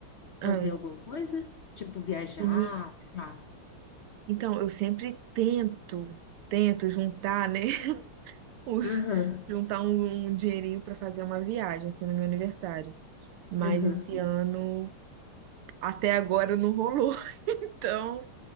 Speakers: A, on the right; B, on the left.
A: ah,
B: fazer alguma coisa? Tipo viajar,
A: meni-
B: sei lá.
A: então, eu sempre tento, tento juntar, né? <laughs> Os,
B: Aham,
A: juntar um, um dinheirinho pra fazer uma viagem, assim, no meu aniversário. Mas
B: aham.
A: esse ano, até agora, não rolou. <laughs> Então,